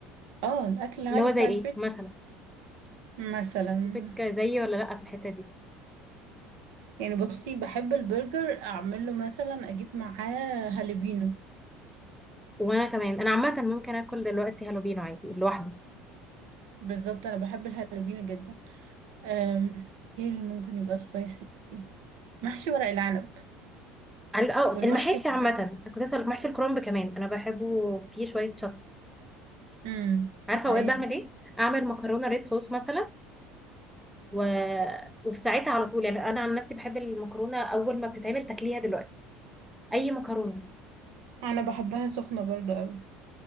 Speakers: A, on the right; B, in the centre.
A: اه الاكل العادي
B: اللي هو
A: بتاع
B: زي ايه
A: البيت
B: مثلا
A: مثلا
B: شوفك زيي ولا لا في الحتة دي
A: يعني بصي بحب البرجر اعمله مثلا اجيب معاه هالبينو
B: وانا كمان انا عامه ممكن اكل دلوقتي هالو بينو عادي لوحده
A: بالظبط انا بحب الهالبينو جدا أم، ايه اللي ممكن يبقى سبايسي محشي ورق العنب
B: عن- اه
A: والمحشي
B: المحاشي عامه
A: المشكل
B: أنا كنت اسالك محشي الكرنب كمان انا بحبه فيه شويه شطه
A: امم
B: عارفه
A: ايوه
B: اوقات بعمل ايه اعمل مكرونه ريد صوص مثلا و... وفي ساعتها على طول يعني انا عن نفسي بحب المكرونه اول ما بتتعمل تاكليها دلوقتي اي مكرونه
A: انا بحبها سخنه برضو قوي